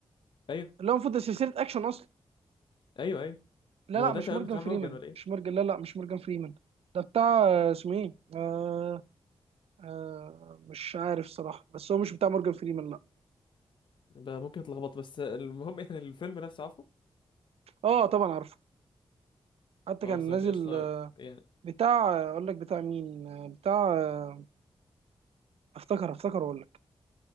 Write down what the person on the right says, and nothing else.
اللي هو المفروض ده سلسله اكشن اصلا
لا
لا
مش
مورجان
فريمان
مش مورجان لا لا مش مورجان فريمان ده بتاع آه، اسمه ايه آه آه مش عارف صراحه بس هو مش بتاع مورجان فريمان لا
اه طبعا عارفه حتى
كان نازل
آه،
بتاع آه، اقول لك بتاع مين آه، بتاع آه، افتكر افتكر اقول لك